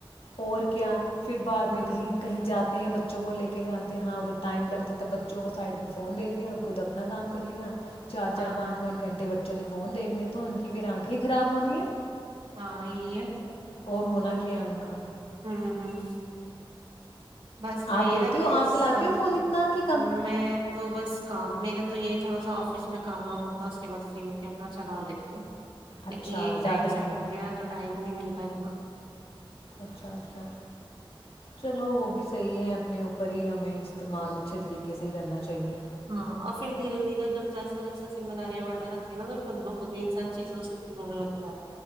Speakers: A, on the left (about 85°); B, on the right (about 70°).
A: اور کیا پھر بعد
B: ہوں
A: میں کہیں کہیں جاتے ہیں بچوں کو لے کے جاتے ہاں ادھر ٹائم لگتا تھا بچوں کو سائڈ پہ فون دے دیا خود اپنا کام کر لیا چار
B: ہاں
A: چار پانچ
B: ہاں
A: پانچ گھٹے بچے بچوں نے فون دیکھنے تو ان کی بھی آنکھیں ہی خراب ہونی ہے
B: ہاں یہ ہے
A: اور ہونا کیا ان کا
B: ہوں ہوں بس وہی
A: آپ دیتے
B: نا کہ
A: ہو آپ
B: سمجھ
A: چلاتے ہو فون اتنا کہ کم
B: میں تو بس کام میرے تو یہ تھوڑا سا آفس میں کام وام ہوتا اس کے بع فری ہو کے اپنا چلا لیتی ہو لیکن
A: اچھا
B: ایک
A: زیادہ
B: ٹائم سیٹ
A: نہیں
B: ہو گیا تو ٹائم نہیں ملتا ایکماں
A: اچھا اچھا چلو وہ بھی صحیح ہیں اپنے اوپر پری ہمیں استعمال اچھے طریے سے ہی کرنا چاہیے
B: ہاں اور پھر دھیرے دھیرے جب جیسے جیسے ذمہ داریاں بڑنے لگتی ہیں نا تو خود بخود ہی انسان چیزوں سے دور ہونے لگتا ہے